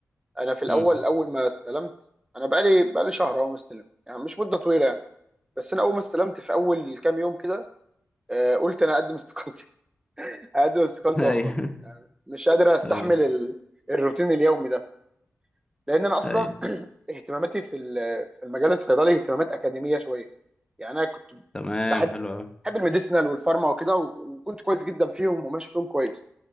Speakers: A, on the right (about 15°); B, on the left (about 15°).
A: انا في الاول
B: امم
A: اول ما استلمت انا بقالي بقالي شهر اهو مستلم يعني مش مده طويله يعني بس انا اول ما استلمت في اول كام يوم كده آه، قلت انا اقدم استقالتي <laughs> اقدم استقالتي
B: <laughs> ايوه
A: واخرج مش قادر استحمل
B: اه
A: ال- الروتين اليومي ده لان انا اصلا
B: ايوه
A: <clears throat> اهتماماتي في ال- في المجال الصيدلي اهتمامات اكاديميه شويه يعني انا كنت
B: تمام
A: بحب
B: حلو قوي
A: بحب الميديسنال والفارما وكده و- وكنت كويس جدا فيهم وماشي فيهم كويس